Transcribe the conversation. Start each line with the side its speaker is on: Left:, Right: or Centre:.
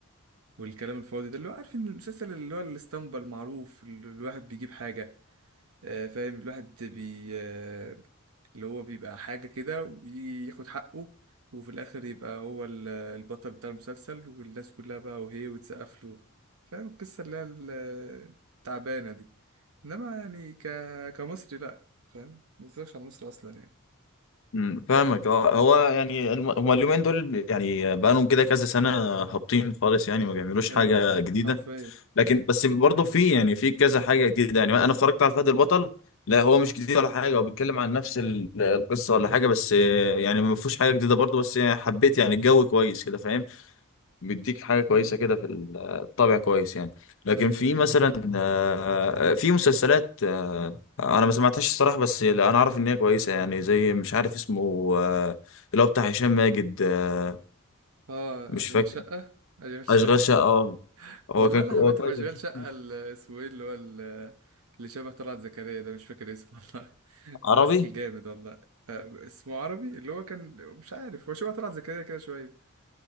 Right: والكلام الفاضي ده اللي هو عارف ان المسلسل اللي هو الاسطمبة المعروف اللي الواحد بيجيب حاجة آه، فاهم الواحد بي آه، اللي هو بيبقى حاجة كده وياخد حقه وفي الآخر يبقى هو ال- البطل بتاع المسلسل والناس كلها بقى وهي وتسقف له فاهم القصة اللي هي ال- التعبانة دي إنما يعني ك... كمصري لأ فاهم متفرجش على مصر أصلا يعني
Left: مم، فاهمك اه هو يعني الم- هما اليومين دول يعني بقالهم كده كذا سنة هابطين خالص يعني ما بيعملوش
Right: أيوة
Left: حاجة جديدة
Right: حرفيا
Left: لكن بس برضه في يعني في كذا حاجه جديده يعني انا اتفرجت على فهد البطل لا هو مش جديد ولا حاجه هو بيتكلم عن نفس ال- القصه ولا حاجه بس آه، يعني ما فيهوش حاجه جديده برضه بس يعني حبيت يعني الجو كويس كده فاهم بيديك حاجه كويسه
Right: مم.
Left: كده في ال- الطابع كويس يعني لكن
Right: أيوة
Left: في
Right: أيوة
Left: مثلا آه، آه، في مسلسلات آه، انا ما سمعتهاش الصراحه بس لا، انا اعرف ان هي كويسه يعني زي مش عارف اسمه آه، اللي هو بتاع هشام ماجد آه،
Right: آه
Left: مش
Right: أشغال
Left: فاكر
Right: شقة أشغال شقة
Left: اشغال شقه آه.
Right: <laughs>
Left: هو
Right: والله
Left: كان
Right: اللي
Left: هو
Right: حبيت
Left: كويس
Right: ابقى اشغال
Left: أنا شفته.
Right: شقه ال- اسمه ايه اللي هو ال- اللي شبه طلعت زكريا ده مش فاكر اسمه والله <laughs>
Left: عربي
Right: ممثل جامد والله آه، اسمه عربي اللي هو كان مش عارف هو شبه طلعت زكريا كده شويه